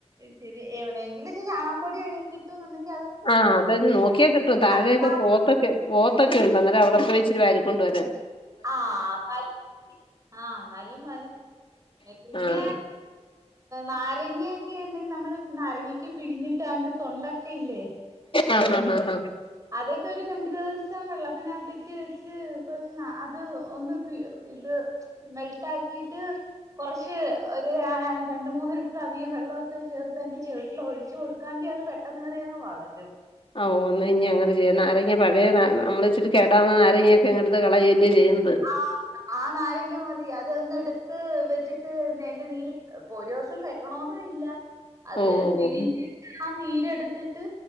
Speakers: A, on the right (about 30°); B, on the left (about 50°).
A: ശരി എവിടെങ്കിലും ഇച്ചിരി ചാണകപൊടി കിട്ടൂന്നുണ്ടെങ്കിൽ
B: ആഹ് അതൊന്ന് നോക്കിയാ കിട്ടും താഴെയൊക്കെ
A: തൽക്കാലം
B: പോത്തൊക്കെ പോത്തൊക്കെയുണ്ട് അന്നേരം അവിടെ പോയി ഇച്ചിരെ വാരിക്കൊണ്ട് വരാം
A: ആഹ് എന്നാലും ആഹ് എന്നാലും മതി
B: ആഹ്
A: പിന്നെ നാരങ്ങയൊക്കെ ഉണ്ടെങ്കിൽ നമ്മള് നാരങ്ങയൊക്കെ പിഴിഞ്ഞിട്ട് അതിന്റെ തൊണ്ടൊക്കെ ഇല്ലേ
B: ആഹ് ആഹ് ആഹ് ആഹ്
A: അതൊക്കെ ഒരു രണ്ട് ദിവസം വെള്ളത്തിനകത്ത് ഇട്ട് വെച്ച് കൊറച്ച് അത് ഒന്ന് ഇത് മെൽട്ടാക്കിയിട്ട് കുറച്ച് ഒരു രണ്ട് മൂന്ന് ലിറ്റർ അധികം വെള്ളമൊക്കെ ചേർത്ത് അതിന്റെ ചോട്ടിൽ ഒഴിച്ച് കൊടുക്കാങ്കിൽ അത് പെ പെട്ടനേറിയങ് വളരും
B: ഓ അാ ഇനി അങ്ങനെ ചെയ്യ നാരങ്ങ പഴയ നമ്മള ഇച്ചിട്ട് കേടാവുന്ന നാരങ്ങൊക്കെ ഇങ്ങടു കള ചോല്യ ചെയ്യുന്നത്
A: ആ ആ നാരങ്ങ മതി അതൊന്ന എടുത്ത് വെച്ചിട്ട് എന്റെ നീര് പോ ഒരു ദിവസം വ ക്കണന്നല്ല അത്
B: ഓഹ് ഓഹ്
A: പിരിഞ്ഞിട്ട്
B: ഓഹ്
A: ആ നീരെടുത്തിട്ട്